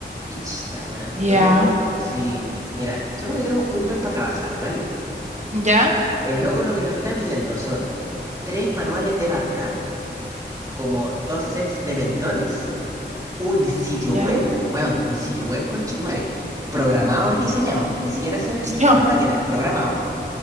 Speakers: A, on the right; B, on the right.
A: Y ch, está weón del
B: Ya,
A: hoyo luego. si mira, supone que tenemos un mes para trabajar, ¿dale?
B: ya,
A: El logo lo que nos está pidiendo son tres manuales de marca como dos sets de pendones, un sitio web,
B: ya.
A: weón, un sitio web con Chitumare, programado y diseñado, ni siquiera solo el diseño
B: Yo,
A: de la maqueta, programado,